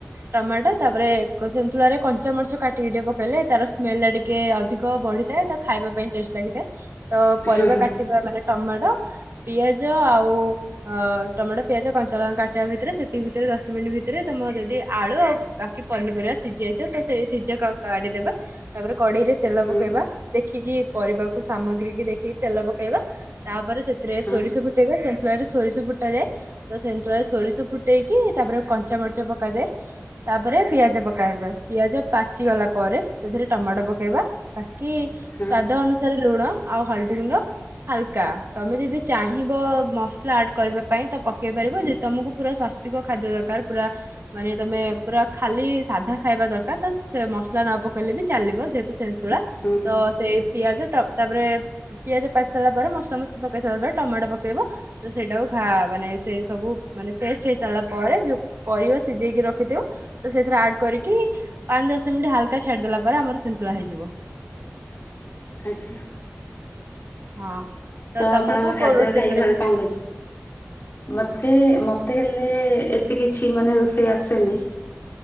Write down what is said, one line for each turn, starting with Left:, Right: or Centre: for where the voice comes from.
Right: ଟମାଟ ତାପରେ ଏକ ସନ୍ତୁଳାରେ କଞ୍ଚା ମରିଚ କାଟିକି ଟିକେ ପକେଇଲେ ତାର ସ୍ମେଲ ଟା ଟିକେ ଅଧିକ ବଢିଥାଏ ତା ଖାଇବା ପାଇଁ ଟେଷ୍ଟ ଲାଗିଥାଏ। ତ ପରିବା
Left: ହଁ
Right: କାଟିବା ମାନେ ଟମାଟ ପିଆଜ ଆଉ ଅ ଟମାଟୋ ପିଆଜ କଞ୍ଚା ଲଙ୍କା କାଟିବା ଭିତରେ ସେତିକି ଭିତରେ ଦଶ ମିନିଟ୍ ଭିତରେ ତମର ଯଦି ଆଳୁ ଆଉ ବାକି ପନିରିବା ସିଝି ଯାଇଥିବ ସେ ସିଝାକୁ ଆଗେ କାଢିଦେବେ ତାପରେ କଡେଇରେ ତେଲ
Left: ହଁ ହୁଁ
Right: ପକେଇବା ଦେ ଦେଖିକି ପରିବାକୁ ସାମଗ୍ରୀ କି ଦେଖିକି ତେଲ ପକେଇବା ତାପରେ ସେଥିରେ
Left: ହଁ
Right: ସୋରିଷ ଫୁଟେଇବା ସେ ସନ୍ତୁଳାରେ ସୋରିଷ ଫୁଟା ଯାଏ ତ ସେନ୍ତୁଳାରେ ସୋରିଷ ଫୁଟେଇକି ତାପରେ କଞ୍ଚାାମରିଚ ପକାଯାଏ ତାପରେ ପିଆଜ ପକା ହେବ ପିଆଜ ପାଚିଗଲା ପରେ ସେଥିରେ ଟମାଟ ପକେଇବା ପା କି
Left: ହଁ
Right: ସ୍ଵାଦ ଅନୁସାରେ ଲୁଣ ଆଉ ହଳଦୀ ଗୁଣ୍ଡ ହାଲକା ତମେ ଯଦି ଚାହିଁବ ମସଲା ଆଡ କରିବା ପାଇଁ ତ ପକେଇ ପାରିବ ଯଦି ତମକୁ ପୁରା ସ୍ୱାସ୍ତିକ ଖାଦ୍ୟ ଦର କାର ପୁରା ମାନେ ତମେ ପୁରା ଖାଲି ସାଧା ଖାଇବା ଦରକାର ତ ସେ ମସଲା ନ ପକେଇଲେ ବି ଚାଲିବ ଯେହେତୁ ସେ ନ୍ତୁଳା
Left: ହୁଁ।
Right: ତ ସେଇ ପିଆଜ ଟପ୍ ତାପରେ ପିଆଜ ପାଚି ସାରିଲା ପରେ ମସଲା ମସଲି ପକେଇ ସାରିଲା ପରେ ଟମାଟୋ ପକେଇବ, ତ ସେଇଟାକୁ ଘା ମାନେ ସେଇ ସବୁ ମାନେ ପେଷ୍ଟ ହେଇ ସାରିଲା ପରେ ଯୋଉ ପରିବା ସିଜେଇକି ରଖିଥିବ ତ ସେଥିରେ ଆଡ କରିକି ପାଞ୍ଚ ଦଶ ମିନିଟ ହାଲକା ଛାଡିଦେଲା ପରେ ଆମର ସିନ୍ତୁଳା ହେଇଯିବ।
Left: ଆଚ୍ଛା।
Right: ହଁ।
Left: ତ
Right: ତମକୁ
Left: ଆପଣଙ୍କ ଖାଦ୍ୟ
Right: କୋଉ ରୋଷେଇ
Left: ଖାଇକି
Right: କରିବାକୁ
Left: ଘରେ
Right: କିଛି
Left: କଣ କହିଛ
Right: ଆସେ?
Left: ମତେ ମ ତେ ହେଲେ ଏତେ କିଛି ମାନେ ରୋଷେଇ ଆସେନି।